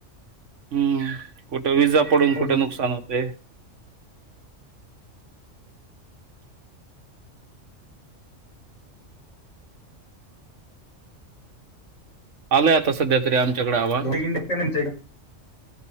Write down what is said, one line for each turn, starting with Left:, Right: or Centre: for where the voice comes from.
Right: हम्म कुठं विजा पडून
Left: हो
Right: कुठे
Left: ना
Right: नुकसान होते आलाय आता सध्या तरी आमच्याकडे आवा
Left: <unintelligible>